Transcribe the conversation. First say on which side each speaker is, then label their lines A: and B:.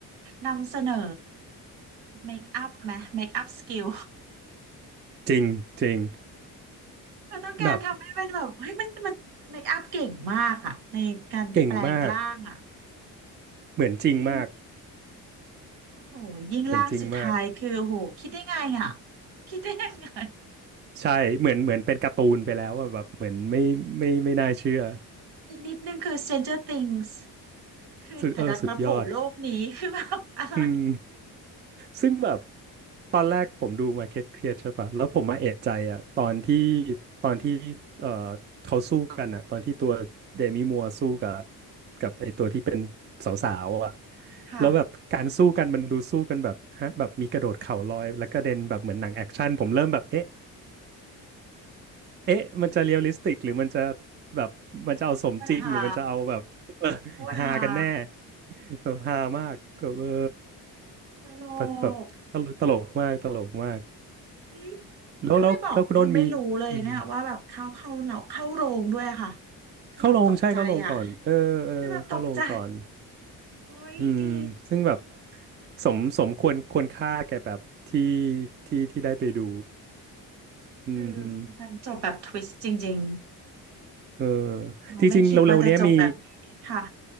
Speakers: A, on the right (about 75°); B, on the right (about 30°).
A: นำเสนอเมคอัพไหมเมคอัพสกิล
B: จริงจริง
A: เขาต้องการทำให้มันแบบเฮ้ยมันมันเมคอัพเก่งมากอะในการแปลงร่างอะ
B: แบบเก่งมากเหมือนจริงมาก
A: จริงๆโอ้โหยิ่งร่างสุดท้ายคือโอ้โหคิดได้ไงอะ
B: เหมือนจริงมาก
A: คิดได้ยังไง
B: ใช่เหมือนเหมือนเป็นการ์ตูนไปแล้วอะแบบเหมือนไม่ไม่ไม่น่าเชื่อ
A: อีกนิดนึงคือ Stranger Things คือแต่ดันมาโผล่โลกนี้คือแบบอะไร
B: สุดเออสุดยอดอืม ซึ่งแบบตอนแรกผมดู Market Create ใช่ปะแล้วผมมาเอะใจอ่ะตอนที่ตอนที่เอ่อเขาสู้กันอ่ะตอนที่ตัวเดมิมัวร์สู้กับกับไอตัวที่เป็นสาวๆอ่ะ
A: ค่ะ
B: แล้วแบบการสู้กันมันดูสู้กันแบบฮะแบบมีกระโดดเข่าลอยแล้วกระเด็นแบบเหมือนหนังแอคชั่นผมเริ่มแบบเอ๊ะเอ๊ะมันจะเรียลลิสติกหรือมันจะแบบมันจะเอาสมจริงหรือมันจะเอาแบบ
A: ปัญหา
B: <laughs> เออ
A: ปัญหา
B: ฮากันแน่แบบฮามากแบบเออ
A: ตล
B: แบบแบบตลกตลกมากตลกมาก
A: กเฮ้ย
B: แล้วแล้วแล้วคุณโน้นมีอืม
A: ถ้าไม่บอกคือไม่รู้เลยเนี่ยว่าแบบเข้าเข้าเราเข้าโรงด้วยอะค่ะคือแบบตกใจอ่ะ
B: เข้าลงใช่เข้าลงก่อนเออเออเข้าลงก่อน
A: คือแบบตกใจ โอ้ยดี
B: อืมซึ่งแบบสมสมควรควรค่าแก่แบบที่ที่ที่ได้ไปดูอืม
A: คือมันจบแบบทวิสต์จริง
B: เออ
A: ๆเราไม่คิดว่าจะจบแบบนี้ค่ะ
B: จริงๆเร็วๆเนี้ยมี